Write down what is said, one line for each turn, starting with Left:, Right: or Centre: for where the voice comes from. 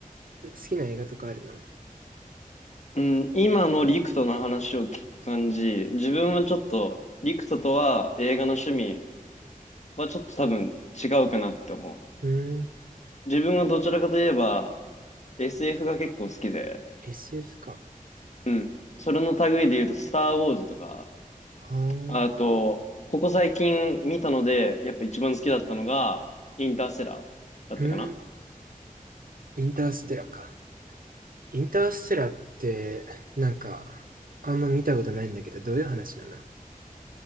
Right: 好きな映画とかあるの
Left: うん、今のリクトの話を聞く感じ、自分はちょっと、リクトとは映画の趣味はちょっと多分違うかなって思
Right: うーん、
Left: う。自分はどちらかといえば SF が結構好きで、
Right: SF か。
Left: うん。それの類で言うと、スター・ウォーズとか、
Right: あー、
Left: あと、ここ最近見たので、やっぱ一番好きだったのが、インターステラーだったかな。
Right: うーん、インターステラーか。インターステラーって、なんか、あんま見たことないんだけど、どういう話なの